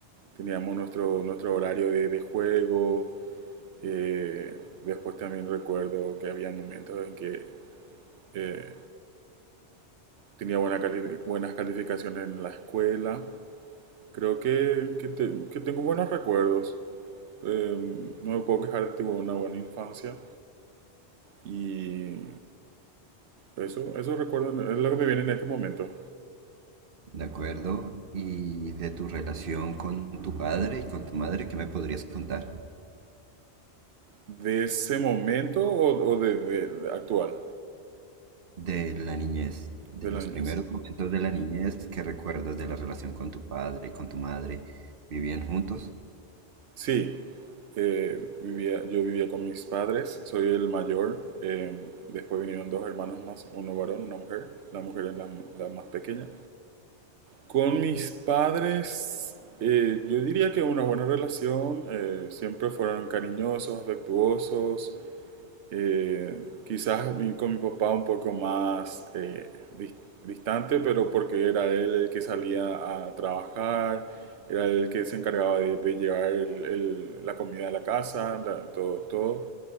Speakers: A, on the right (about 80°); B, on the right (about 55°).
A: Teníamos nuestro, nuestro horario de, de juego. eh, después también recuerdo que había momentos en que eh, tenía buena cali- buenas calificaciones en la escuela. Creo que, que, te- que tengo buenos recuerdos. Eh, no me puedo quejar, tuve una buena infancia. Y eso, eso recuerdo, es lo que me viene en este momento.
B: De acuerdo. ¿Y de tu relación con tu padre y con tu madre, qué me podrías contar?
A: ¿De ese momento o, o de, de- de actual,
B: De la niñez, de
A: de la
B: los
A: niñez?
B: primeros momentos de la niñez que recuerdas de la relación con tu padre y con tu madre. ¿Vivían juntos?
A: Sí, eh, vivía, yo vivía con mis padres, soy el mayor, eh, después vinieron dos hermanos más, uno varón, una mujer, la mujer es la, la más pequeña. Con mis padres, eh, yo diría que una buena relación, eh, siempre fueron cariñosos, afectuosos, Eh, quizás mi- con mi papá un poco más eh, dis- distante, pero porque era él el que salía a trabajar, era él el que se encargaba de, de llevar el- el- la comida a la casa, la- todo, todo.